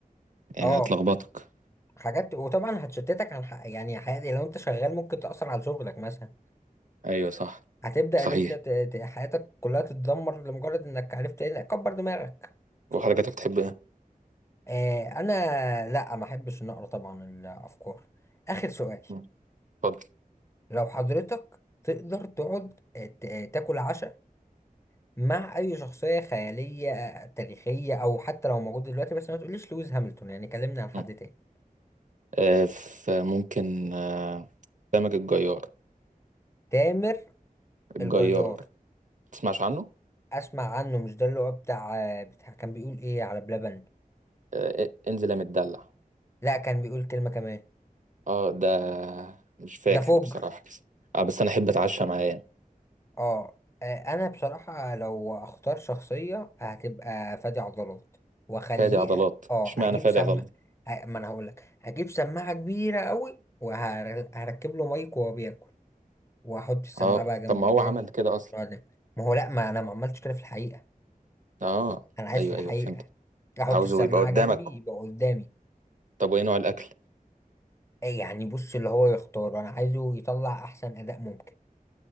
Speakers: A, on the right; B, on the left.
A: يعني
B: اه
A: هتلخبطك
B: حاجات وطبعا هتشتتك عن حق يعني حياتي لو انت شغال ممكن تأثر على شغلك مثلا
A: ايوه صح
B: هتبدأ
A: صحيح
B: ان انت ت- ت- حياتك كلها تتدمر لمجرد انك عرفت ايه لا، كبر دماغك كبر
A: وحضرتك تحب ايه
B: آه انا لا ما احبش ان اقرا طبعا الافكار اخر سؤال
A: مم. اتفضل
B: لو حضرتك تقدر تقعد آه، ت- آه، تاكل عشاء مع اي شخصية خيالية آه، تاريخية او حتى لو موجود دلوقتي بس ما تقوليش لويس هاملتون يعني كلمنا عن حد
A: مم.
B: تاني
A: آه فممكن آه سامج الجيار
B: تامر
A: الجيار
B: الجيار
A: تسمعش عنه
B: اسمع عنه مش ده اللي هو بتاع بتاع كان بيقول ايه على بلبن
A: آه انزل يا متدلع
B: لا كان بيقول كلمة كمان
A: اه ده مش فاكر
B: ده فجر
A: بصراحة بس اه بس انا احب اتعشى معاه يعني
B: اه آه، انا بصراحة لو اختار شخصية هتبقى فادي عضلات واخليه
A: فادي عضلات
B: اه
A: اشمعنى
B: هجيب
A: فادي
B: سم
A: عضلات
B: ه- ما انا هقولك هجيب سماعة كبيرة قوي وهركب له مايك وهو بياكل واحط السماعة
A: اه
B: بقى جنب
A: طب ما
B: وداني
A: هو عمل كده اصلا
B: نقعد ناكل. ما هو لا ما انا ما عملتش كده في الحقيقة
A: اه
B: انا عايش
A: ايوه
B: في الحقيقة
A: ايوه فهمت
B: احط
A: عاوزه
B: السماعة
A: يبقى قدامك
B: جنبي يبقى قدامي
A: طب وايه نوع الاكل
B: إيه يعني بص اللي هو يختار انا عايزه يطلع احسن اداء ممكن